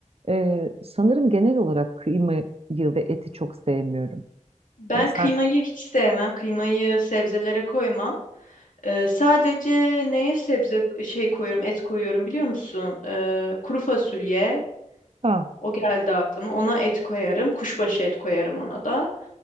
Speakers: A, on the right (about 50°); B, on the left (about 85°).
A: e, sanırım genel olarak kıymayı ve eti çok sevmiyorum.
B: Ben
A: Yani sen
B: kıymayı hiç sevmem. Kıymayı sebzelere koymam. Ee, sadece neye sebze şey koyuyorum, et koyuyorum biliyor musun? Ee, kuru fasulye,
A: ha.
B: O geldi aklıma. Ona et koyarım. Kuşbaşı et koyarım ona da.